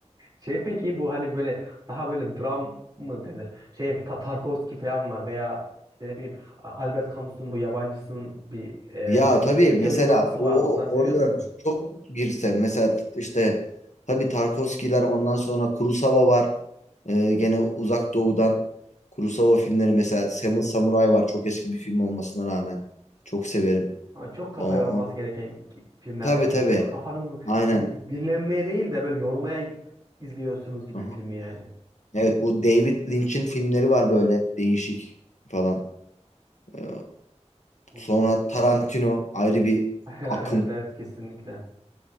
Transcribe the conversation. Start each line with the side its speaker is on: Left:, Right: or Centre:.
Right: Şey peki bu hani böyle daha böyle dram mı denir? Şey Ta- Tarkovski falan var veya işte ne bileyim A- Albert Camus'un bu yabancısının bir e,
Left: Ya
Right: Türk-
Left: tabii
Right: Türkçe
Left: mesela
Right: uyarlaması
Left: o
Right: vardı. Onları
Left: orada
Right: seviyor musunuz?
Left: çok girsen mesela işte tabii Tarkovskiler ondan sonra Kurosawa var. Ee, gene Uzak Doğu'dan Kurosawa filmleri mesela Seven Samurai var. Çok eski bir film olmasına rağmen. Çok severim.
Right: Ama çok kafa
Left: O,
Right: yorulması
Left: o-
Right: gereken ki- filmlerden
Left: tabii
Right: hocam
Left: tabii.
Right: böyle kafanız
Left: Aynen.
Right: e, di- dinlenmeye değil de böyle yormaya izliyorsunuz gibi
Left: Aha.
Right: filmi yani.
Left: Evet bu David Lynch'in filmleri var böyle değişik falan. Ee,
Right: Anladım.
Left: Sonra Tarantino ayrı bir
Right: <laughs>
Left: akım.
Right: Evet evet kesinlikle.